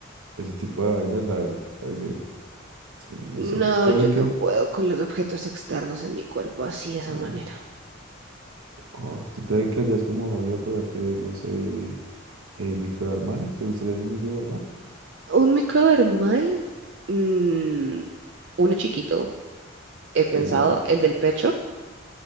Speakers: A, on the right; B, on the right.
A: ese tipo de vainas, la verdad, me parece, sí, no
B: No,
A: sé. Creo
B: yo
A: que,
B: no puedo con los objetos externos en mi cuerpo así de esa
A: no,
B: manera.
A: no, tú te dedicarías como hobby a ponerte, no sé, eh, microdermales, ¿te gustaría algún microdermal?
B: ¿Un microdermal? Mm, uno chiquito, he pensado,
A: ¿En dónde?
B: el del pecho,